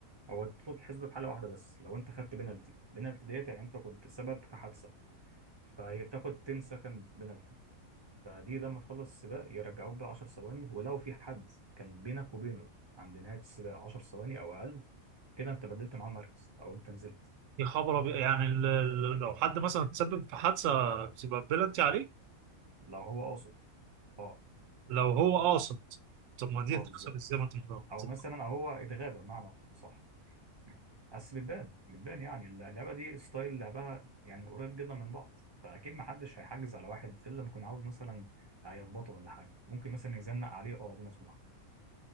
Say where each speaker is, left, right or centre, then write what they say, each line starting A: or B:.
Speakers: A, on the right; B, on the right.
A: هو طول الحسبه في حاله واحده بس لو انت خدت بنالتي بنالتي ديت يعني انت كنت سبب في حادثه فهي بتاخد 10 سكند بنالتي فدي لما تخلص السباق يرجعوك بقى 10 ثواني ولو في حد كان بينك وبينه عند نهاية السباق 10 ثواني أو أقل كده أنت بدلت معاه المركز أو أنت نزلت
B: يا خبر أبيض. يعني ال- ال- لو حد مثلا تسبب في حادثه بتبقى بلنتي عليه
A: لو هو قاصد أه
B: لو هو قاصد طب ما دي
A: أه
B: تتحسب
A: بالظبط
B: ازاي ما انت مش قاصد؟
A: أو مثلا أو هو اتغاب بمعنى صح بس بتبان بتبان يعني اللعبة دي ستايل لعبها يعني قريب جدا من بعض فأكيد محدش هيحجز على واحد إلا لما يكون عاوز مثلا هيخبطه ولا حاجة ممكن مثلا يزنق عليه أه دي مسموحة